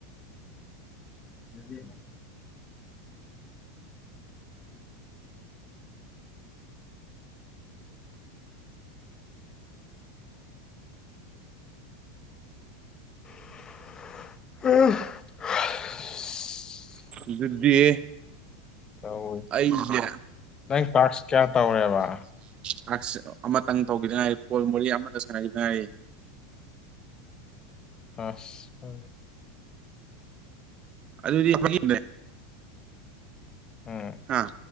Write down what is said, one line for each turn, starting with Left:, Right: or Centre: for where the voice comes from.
Left: ꯌꯥꯗꯦꯕ ꯑꯁꯁ
Right: ꯑꯗꯨꯗꯤ
Left: ꯇꯧ
Right: ꯑꯩꯁꯦ
Left: ꯅꯪ ꯄꯥꯛꯔꯁ ꯀꯌꯥ ꯇꯧꯔꯦꯕ
Right: ꯀ꯭ꯂꯥꯛ ꯑꯃꯇꯪ ꯇꯧꯈꯤꯗꯉꯥꯏ ꯐꯣꯜ ꯃꯣꯔꯦ ꯑꯃꯗ ꯁꯥꯟꯅꯈꯤꯗꯉꯥꯏ
Left: ꯑꯁ
Right: ꯑꯗꯨꯗꯤꯪꯦ
Left: ꯎꯝ
Right: ꯍꯥ